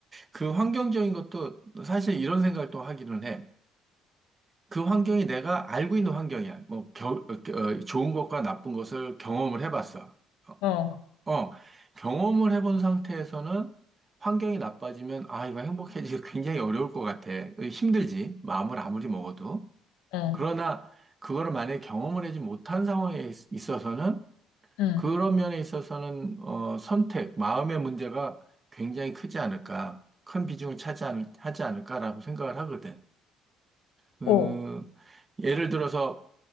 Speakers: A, on the right (about 30°); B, on the left (about 70°).
A: 그 환경적인 것도 사실 이런 생각을 또 하기는 해. 그 환경이 내가 알고 있는 환경이야. 뭐, 겨, 어, 좋은 것과 나쁜 것을 경험을 해봤어.
B: 어,
A: 어, 어, 경험을 해본 상태에서는 환경이 나빠지면, 아, 이거 행복해지기 굉장히 어려울 것 같아. 힘들지. 마음을 아무리 먹어도.
B: 어,
A: 그러나, 그거를 만약에 경험을 하지 못한 상황에 있- 있어서는
B: 음.
A: 그런 면에 있어서는 어, 선택, 마음의 문제가 굉장히 크지 않을까, 큰 비중을 차지하는, 하지 않을까라고 생각을 하거든. 그,
B: 어,
A: 예를 들어서